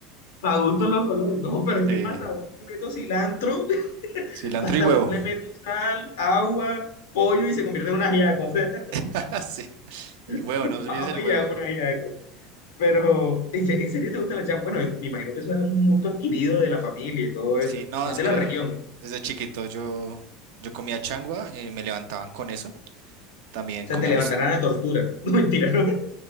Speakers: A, on the left; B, on the right.
A: para gusto los colores. No, pero es
B: Sí,
A: que pasa, ahora le meto cilantro, <laughs>
B: cilantro
A: pasa,
B: y huevo.
A: ahora le meto sal, agua, pollo y se convierte en un ajiaco, o sea,
B: <laughs> Sí, y huevo,
A: <laughs>
B: no olvides
A: papa
B: el huevo.
A: y hago un ajiaco. Pero, ¿en se- en serio te gusta la changua? Bueno, es- me imagino que eso es un gusto adquirido de la familia y todo
B: Sí,
A: eso,
B: no,
A: más
B: es
A: de
B: que
A: la Ah, región.
B: desde chiquito yo, yo comía changua, eh, me levantaban con eso. También
A: O sea,
B: comíamos,
A: te levantarán a tortura. <laughs> No, mentira, ¿no?